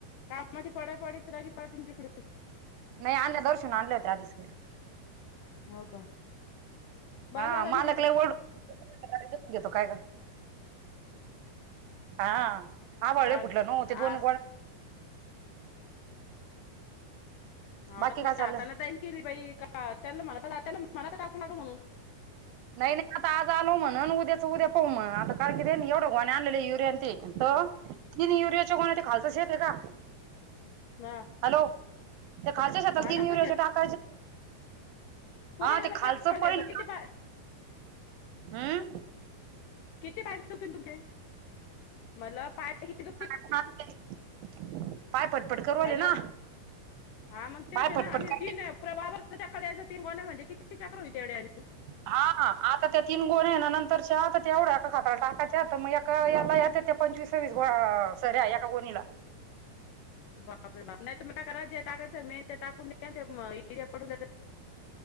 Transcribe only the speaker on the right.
नाही आणलं दर्शन आणलं होते आधीच कारी
हा मालकला
ओढसून घेतो काय का? हा आवळले
फुटलं न ते दोन
बाकी
काय चाललं?
नाही नाही आता आज आलो म्ह उद्याच उद्या पाहू मग आता कारण की ते एवढं गोणी आणलेले युरिया ते तिने युरियाच्या कोणा खालचच येते का?
हॅलो ते खालच शछात
तीनयाच्या
टाकाय.
हा
ते खालचं
पडल.
आह.
ह. पाय पटपट करवाले
ना.
पाय
पटपट
करते
हा आता त्या तीन गोण्या आहे ना नंतरच्या आता तेवढ्या का खातला टाकायच्या आता मग याला यात त्या पंचवीस वस ग सर्या एका कोणीला